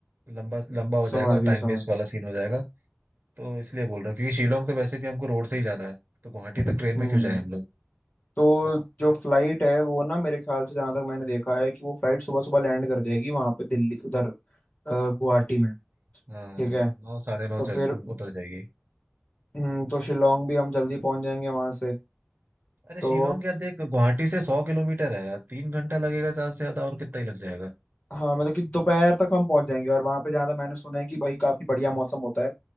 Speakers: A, on the right (about 55°); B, on the left (about 45°).
A: लंबा लंबा हो जाएगा
B: समझ गया
A: टाइम
B: समझ
A: वेस्ट वाला सीन हो जाएगा तो इसलिए बोल रहा हूँ क्योंकि शिलोंग तो वैसे भी हमको रोड से ही जाना है तो गुवाहाटी तक
B: हम्म
A: ट्रेन में क्यों जाए हम लोग
B: तो
A: गुवाहाटी
B: जो फ्लाइट है वो ना मेरे ख्याल से जहां तक मैंने देखा है कि वो फ्लाइट सुबह सुबह लैंड कर जाएगी वहां पे दिल्ली उधर अ, गुवाहाटी में
A: हाँ
B: ठीक है
A: नौ साढ़े नौ
B: तो फिर
A: चल उतर जाएगी
B: हम्म, तो शिलोंग भी हम जल्दी पहुंच जाएंगे वहां से
A: अरे
B: तो
A: शिलोंग यार देख गुवाहाटी से सौ किलोमीटर है तीन घंटा लगेगा ज्यादा से ज्यादा और कितना ही लग जाएगा
B: हाँ मतलब कि दोपहर तक हम पहुंच जाएंगे और वहां पे जहाँ तक मैंने सुना है कि भाई काफी बढ़िया मौसम होता है